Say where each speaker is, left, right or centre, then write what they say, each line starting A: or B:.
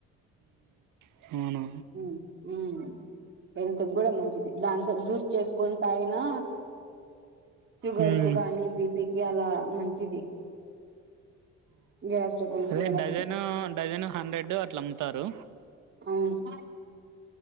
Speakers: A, on the right; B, on the right.
A: అవున
B: ఉమ్ ఉమ్ హెల్త్ క్కూడా మంచిది, దాంతో జ్యూస్ చేసుకుని తాగినా షుగర్
A: మ్మ్
B: కు కానీ, బిపికి అలా మంచిది. గ్యాస్ ట్రబుల్
A: అదే
B: కి అలా
A: డజను డజను హండ్రెడ్ అట్లా అమ్ముతారు
B: అమ్మ్